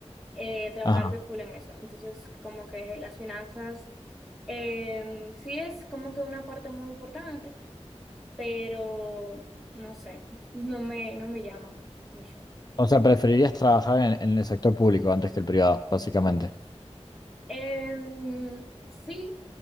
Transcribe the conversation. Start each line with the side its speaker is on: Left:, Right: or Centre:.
Centre: eh, trabajar
Left: ajá.
Centre: de full en eso. Entonces, como que las finanzas em, sí es como que una parte muy importante, pero no sé, no me, no me llama mucho.
Left: O sea, preferirías trabajar en, en el sector público antes que el privado, básicamente.
Centre: Em, sí,